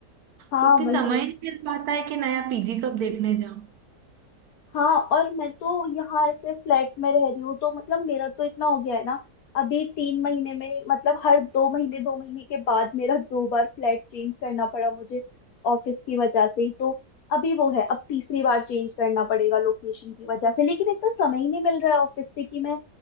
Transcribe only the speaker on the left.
हाँ
वही
हाँ और मैं तो यहाँ ऐसे फ्लैट में रह रही हूँ तो मतलब मेरा तो इतना हो गया है ना अभी तीन महीने में मतलब हर दो महीने दो महीने के बाद मेरा <laughs> दो बार फ्लैट चेंज करना पड़ा मुझे ऑफिस की वजह से ही तो अभी वो है अब तीसरी बार चेंज करना पड़ेगा लोकेशन की वजह से लेकिन इतना समय ही नहीं मिल रहा है ऑफिस से कि मैं